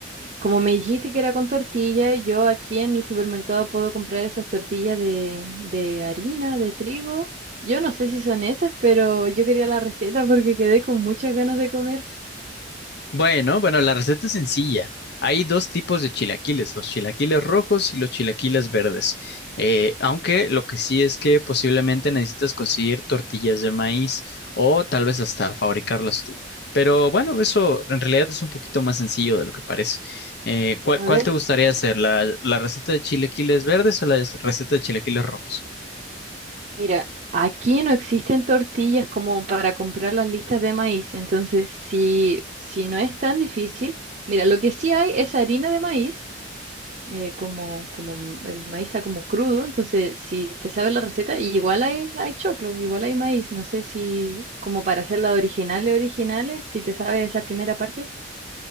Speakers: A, on the right (about 45°); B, on the left (about 60°).
A: como me dijiste que era con tortilla, yo aquí en el supermercado puedo comprar esas tortillas de, de harina, de trigo. Yo no sé si son esas, pero yo quería la receta porque quedé con muchas ganas de comer.
B: Bueno, bueno, la receta es sencilla. Hay dos tipos de chilaquiles, los chilaquiles rojos y los chilaquiles verdes. Eh, aunque lo que sí es que posiblemente necesitas conseguir tortillas de maíz o tal vez hasta fabricarlas
A: Mm.
B: tú. Pero bueno, eso en realidad es un poquito más sencillo de lo que parece. Eh, ¿cuál,
A: A
B: cuál
A: ver,
B: te gustaría hacer? ¿La, la receta de chilaquiles verdes o la receta de chilaquiles rojos?
A: mira, aquí no existen tortillas como para comprar las listas de maíz, entonces si, si no es tan difícil, mira, lo que sí hay es harina de maíz. eh, como, como el maíz está como crudo, entonces si te sabes la receta, y igual hay, hay choclo, igual hay maíz, no sé si como para hacerla originales, originales, si te sabes esa primera parte.